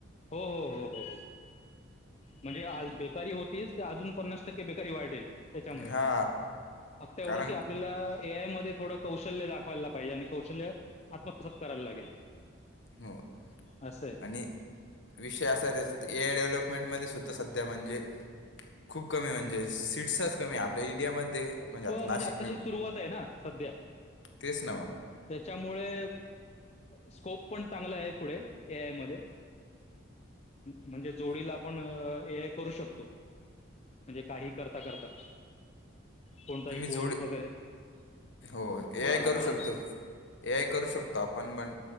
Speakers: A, on the left; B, on the left.
A: हो हो हो. म्हणजे आज बेकारी होतीच ते अजून पन्नास टक्के बेकारी वाढेल. त्याच्यामुळे
B: हा
A: फक्त एवढंच
B: कारण
A: आपल्याला ए आय मध्ये थोडं कौशल्य दाखवायला पाहिजे आणि कौशल्य आ तस करायला लागेल
B: हो
A: असं आहे.
B: आणि विषय असा आहे त्याचा ए आय डेव्हलपमेंटमध्ये सुद्धा सध्या म्हणजे खूप कमी म्हणजे सीट्सच कमी आपल्या इंडियामध्ये.
A: हो
B: आता
A: म्हणजे
B: नाशिक
A: आताशी
B: मी
A: सुरुवात आहे ना सध्या.
B: तेच ना मग
A: त्याच्यामुळे स्कोप पण चांगला आहे पुढे ए आय मध्ये. म्हणजे जोडीला आपण ए आय करू शकतो. म्हणजे काही करता करता. कोणताही
B: तुम्ही
A: कोर्स
B: जोडी
A: वगैरे
B: हो ए
A: बोला
B: आय
A: ना
B: करू
A: बोला
B: शकतो.
A: ना
B: ए आय करू शकतो आपण म्हण